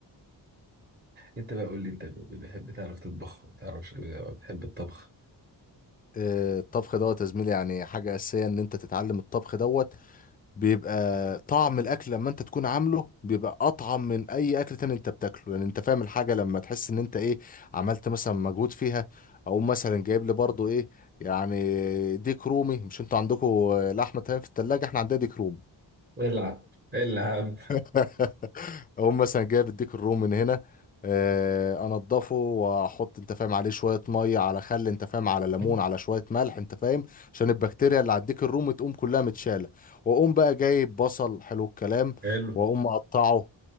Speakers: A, on the right (about 25°); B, on the left (about 20°).
A: انت بقى قول لي انت ب- ب- بتحب تعرف تطبخ بتعرف بتحب الطبخ
B: آه، الطبخ دوت يا زميلي يعني حاجه اساسيه ان انت تتعلم الطبخ دوت بيبقى طعم الاكل لما انت تكون عامله بيبقى اطعم من اي اكل تاني انت بتاكله يعني انت فاهم الحاجه لما تحس ان انت ايه عملت مثلا مجهود فيها او مثلا جايب لي برضو ايه يعني ديك رومي مش انتوا عندكم لحمه تمام في التلاجة احنا عندنا ديك رومي
A: العب العب
B: <laughs> اقوم مثلا جايب الديك الروم من هنا آه، انضفه واحط انت فاهم عليه شويه ميه على خل انت فاهم على ليمون
A: <laughs>
B: على شويه ملح انت فاهم عشان البكتيريا اللي على الديك الروم تقوم كلها متشاله واقوم بقى جايب بصل حلو الكلام
A: حلو
B: واقوم مقطعه